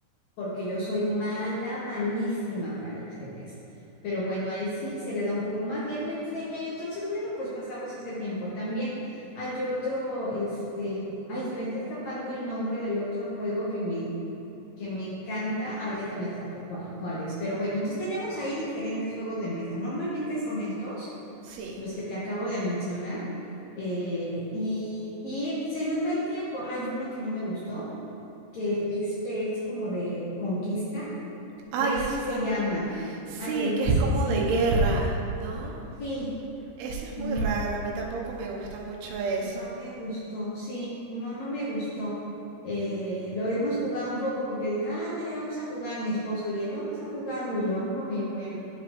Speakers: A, on the left; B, on the right.
A: porque yo soy mala, malísima para el ajedrez. Pero bueno, a él sí se le da un poco más y él me enseña y entonces, bueno, pues pasamos ese tiempo. También hay otro, este, ay, se me está escapando el nombre del otro juego que me, que me encanta. Ah, ya se me escapó cuál, cuál es. Pero bueno, entonces tenemos ahí diferentes juegos de mesa. Normalmente son estos,
B: Sí.
A: los que te acabo de mencionar. eh, y, y se nos va el tiempo. Hay uno que no me gustó, que este es como de conquista
B: Ay,
A: Risk
B: ya sé
A: se
B: cuál
A: llama.
B: es. Sí,
A: Ay, el
B: que
A: Risk,
B: es como
A: sí,
B: de guerra, ¿no?
A: sí,
B: Ese es
A: no,
B: muy raro, a mí tampoco me gusta mucho eso.
A: no me gustó, sí, no, no me gustó. Eh, lo hemos jugado un poco porque dije, ándale, vamos a jugar mi esposo y él, vamos a jugarlo y yo, ay, bueno,